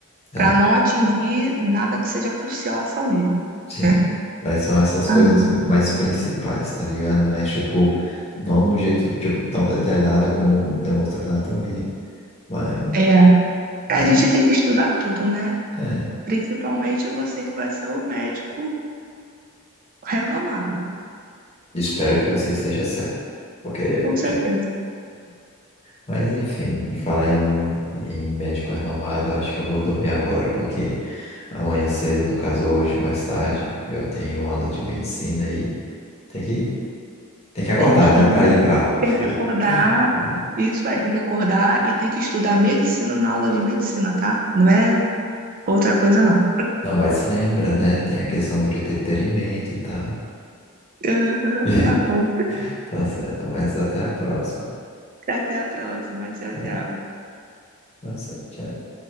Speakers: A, on the left; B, on the right.
A: é,
B: Para não atingir nada que seja crucial à saúde,
A: sim.
B: né?
A: Mas são essas coisas
B: Ah,
A: mais principais, tá ligado? Mas, tipo, não no jeito, tipo, tão detalhado como demonstra na anatomia. Mas,
B: É,
A: mas,
B: a gente tem que estudar tudo, né?
A: é.
B: Principalmente você que vai ser o médico renomado,
A: Espero que você esteja certo. Porque,
B: com certeza.
A: tipo, mas, enfim, e falar em, em médico renomado, eu acho que eu vou dormir agora, porque amanhã cedo, no caso hoje, mais tarde, eu tenho aula de medicina e tem que, tem que acordar,
B: Tem que
A: né, pra
B: ir, né?
A: ir pra aula.
B: Tem que acordar.
A: <laughs>
B: Isso é, tem que acordar e tem que estudar medicina na aula de medicina, tá? Não é outra coisa, não.
A: Não, mas lembra, né? Tem a questão do entretenimento e tal.
B: <laughs> Aham,
A: <laughs>
B: tá bom. <laughs>
A: Tá certo, mas até a próxima.
B: Até a próxima. Tchau,
A: É,
B: tchau.
A: tá certo, tchau.